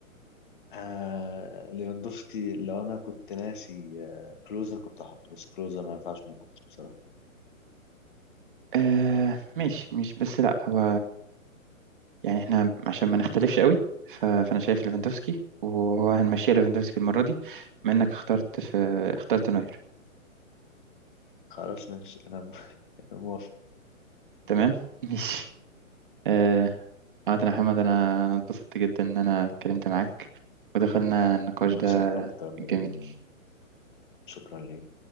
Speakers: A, on the left; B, on the right.
A: آه ليفاندوفسكي لو انا كنت ناسي آه، كلوزا كنت احطه بس كلوزا ما ينفعش ما تحطش بصراحه
B: آه، ماشي مش بس لا هو يعني احنا عشان ما نختلفش قوي ف- فانا شايف ليفاندوسكي وهو هنمشيها ليفاندوسكي المره دي بما انك اخترت في اخترت نوير
A: خلاص ماشي انا <laughs> موافق
B: تمام <laughs> ماشي آه، عامة يا محمد انا انا اتبسطت جدا ان انا اتكلمت معاك ودخلنا النقاش
A: انا انبسطت
B: ده
A: اكتر يعني
B: الجميل
A: شكرا ليك